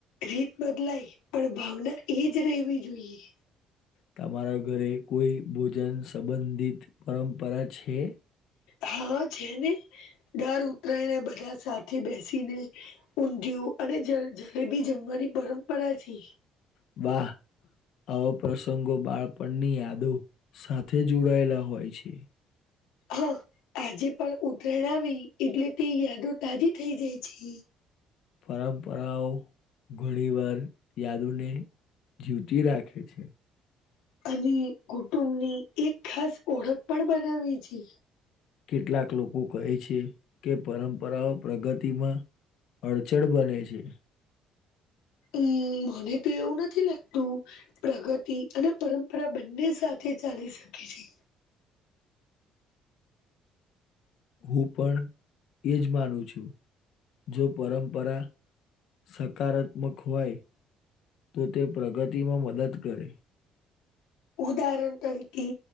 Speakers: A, on the left; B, on the left.
A: રીત બદલાય પણ ભાવના એજ રહેવી જોઈએ.
B: તમારા ઘરે કોઈ ભોજન સંબંધિત પરંપરા છે.
A: હા છે ને દર ઉતરાયને બધા સાથે બેસીને ઊંધિયું અને જ જલેબી જમવાની પરંપરા છે.
B: વાહ. આવા પ્રસંગો બાળપણની યાદો સાથે જોડાયેલા હોય છે.
A: હા. આજે પણ ઉતરાયણ આવી એટલે તે યાદો તાજી થઈ જાય છે.
B: પરંપરાઓ ઘણી વાર યાદને જીવતી રાખે છે.
A: અને કુટુંબ ની એક ખાસ ઓળખ પણ બનાવી છે.
B: કેટલાક લોકો કહે છે કે પરંપરાઓ પ્રગતિમાં અડચણ બને છે.
A: હમ મને તો એવું નથી લાગતું. પ્રગતિ અને પરંપરા બંને સાથે ચાલી શકે છે.
B: હું પણ એજ માનું છું જો પરંપરા સકારાત્મક હોય તો તે પ્રગતિમાં મદદ કરે.
A: ઉદાહરણ તરીકે